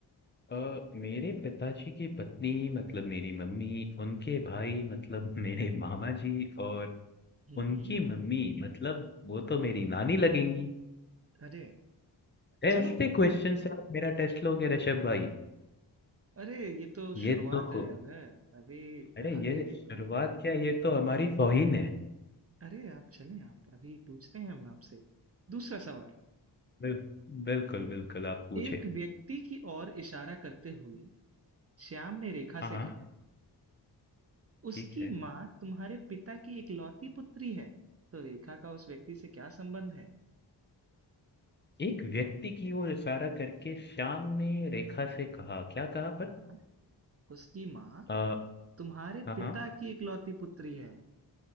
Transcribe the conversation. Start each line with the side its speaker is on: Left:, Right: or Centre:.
Left: आ, मेरे पिताजी की पत्नी मतलब मेरी मम्मी उनके भाई मतलब मेरे मामा जी और
Right: हम्म
Left: उनकी मम्मी मतलब वो तो मेरी नानी लगेंगे
Right: अरे चलो
Left: ऐसे क्वेश्चन से आप मेरा टेस्ट लोगे ऋषभ भाई
Right: अरे ये तो शुरुआत
Left: ये तो
Right: है अब है अभी
Left: अरे ये
Right: आगे
Left: शुरुआत
Right: देखो
Left: क्या ये तो हमारी तौहीन है
Right: अरे आप चलें आप अभी पूछते हैं हम आपसे दूसरा सवाल
Left: बिल, बिल्कुल बिल्कुल आप पूछे
Right: एक व्यक्ति की ओर इशारा करते हुए श्याम ने रेखा
Left: हाँ हाँ
Right: से कहा उसकी
Left: ठीक है
Right: माँ तुम्हारे पिता की इकलौती पुत्री है तो रेखा का उस व्यक्ति से क्या संबंध है
Left: एक व्यक्ति की ओर इशारा करके श्याम ने रेखा से कहा क्या कहा पर
Right: हाँ हाँ उसकी माँ
Left: आ,
Right: तुम्हारे
Left: हाँ
Right: पिता
Left: हाँ
Right: की इकलौती पुत्री है